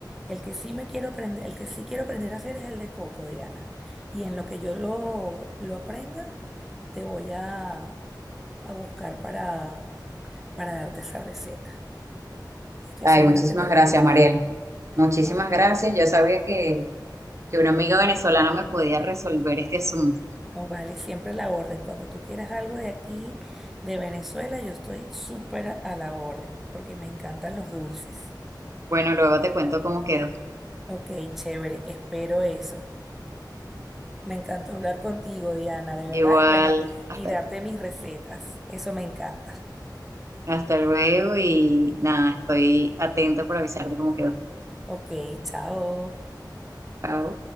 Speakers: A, in the centre; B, on the right.
A: El que sí me quiero aprender, el que sí quiero aprender a hacer es el de coco, Diana. Y en lo que yo lo, lo aprenda, te voy a, a buscar para, para darte esa receta, que estoy
B: Ay,
A: segura
B: muchísimas
A: que te va
B: gracias,
A: a gustar.
B: Mariel. Muchísimas
A: No,
B: gracias. Yo sabía que, que una amiga venezolana me podía resolver este asunto.
A: no vale, siempre a la orden. Cuando tú quieras algo de aquí, de Venezuela, yo estoy súper a la orden, porque me encantan los dulces.
B: Bueno, luego te cuento cómo quedó.
A: Ok, chévere, espero eso. Me encantó hablar contigo, Diana, de
B: Igual,
A: verdad. Y bueno,
B: hasta
A: y darte mis recetas. Eso me encanta.
B: Hasta luego y nada, estoy atenta por avisarte cómo quedó.
A: Ok, chao.
B: Chao.